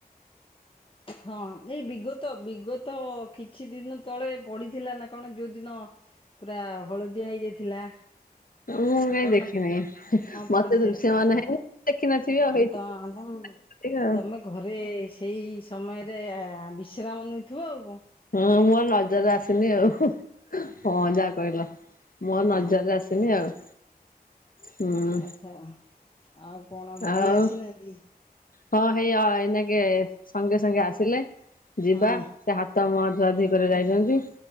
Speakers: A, on the left; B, on the left.
A: ହଁ ଏଇ ବିଗତ-ବିଗତ କିଛି ଦିନ ତଳେ ପଡିଥିଲା ନା କଣ ଯୋଉଦିନ ପୁରା ହଳଦିଆ ହେଇଯାଇଥିଲା
B: ମୁଁ
A: କଣ
B: କାଇଁ
A: ପଢିନଥିଲେ?
B: ଦେଖିନି
A: ହଁ ପଢିଥିଲେ
B: ମତେ ଦୃଶ୍ୟମାନ
A: ପଢିଥିଲେ।
B: ହେଇନି ଦେଖିନଥିବି ଆଉ ହେଇଥିବ
A: ଆଁ ତ ଆଁତଂ
B: ଆଉ
A: ତମେ କେ ଘରେ ସେଇ ସମୟରେ ବିଶ୍ରାମ ନେଉଥିବ ଆଉ କଣ।
B: ହଁ ମୋର ନଜର ଆସିନି ଆଉ। ହଁ ଯାହା କହିଲ ମୋ ନଜରରେ
A: ହଁ
B: ଆସିନି ଆଉ। ହୁଁ
A: ଆଚ୍ଛା ଆଉ କଣ ଭାଇ
B: ଆଉ
A: ଆସିନାହାନ୍ତି?
B: ହଁ ହେଇ ଆଇ ଏଇନାକେ ସଙ୍ଗେ ସଙ୍ଗେ ଆସିଲେ ଯିବା
A: ହଁ
B: ସେ ହାତ ମୁହଁଧୁଆ ଧୁଇଧୁଇ କରିବାକୁ ଯାଇଛନ୍ତି